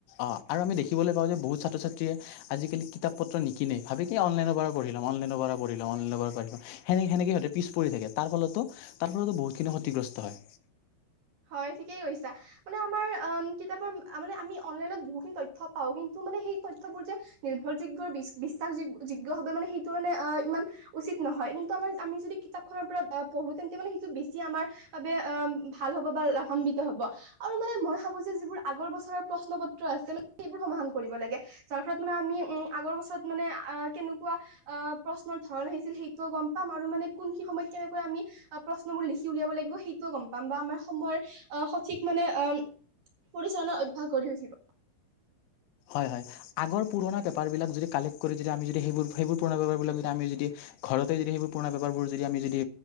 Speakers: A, on the left; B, on the right.
A: অ', আৰু আমি দেখিবলৈ পাওঁ যে বহুত ছাত্ৰ-ছাত্ৰীয়ে আজিকালি কিতাপ পত্ৰ নিকিনেই ভাবে কি অনলাইনৰ পৰা পঢ়ি লওঁ অনলাইনৰ পৰা পঢ়ি লওঁ অনলাইনৰ পৰা পঢ়ি লওঁ। সেনে-সেনেকে সিঁহতে পিছ পৰি থাকে তাৰ ফলতো তাৰ ফলতো বহুত খিনি ক্ষতিগ্ৰস্ত হয়।
B: হয়, ঠিকেই কৈছা। মানে আমাৰ অ', কিতাপৰ মানে আমি অনলাইনত বহুখিনি তথ্য পাও কিন্তু মানে সেই তথ্যবোৰ যে নিৰ্ভৰ যোগ্য বিশ্বাস যোগ যোগ্য ভাবে মানে সেইটো মানে আহ ইমান উচিত নহয়। কিন্তু আমাৰ আমি যদি কিতাপখনৰ পৰা পঢ়ো তেন্তে মানে সেইটো বেছি আমাৰ বাবে অ' ভাল হ'ব বা লাভান্বিত হ'ব। আৰু মানে মই ভাবো যে যিবোৰ আগৰ বছৰৰ প্ৰশ্ন পত্ৰ আছে মানে সেইবোৰ সমাধান কৰিব লাগে। যাৰ ফলত মানে আমি উম আগৰ বছৰত মানে আহ কেনেকুৱা আহ প্ৰশ্নৰ ধৰন আহিছিল সে ইটো গ'ম পাম আৰু মানে কোনখিনি সময়ত কেনেকৈ আমি প্ৰশ্ন বোৰ লিখি উলিয়াব লাগিব সেইটোও গ'ম পাম। বা আমাৰ সময়ৰ আহ সঠিক মানে আ পৰিচালনা অভ্যাস গঢ়ি উঠিব।
A: হয়, হয়। আগৰ পুৰণা পেপাৰ বিলাক যদি কালেক্ট কৰি যদি আমি যদি সেইবোৰ সেইবোৰ পুৰণা পেপাৰবিলাক যদি আমি যদি ঘৰতে যদি সেইবোৰ পুৰণা পেপাৰবোৰ যদি আমি যদি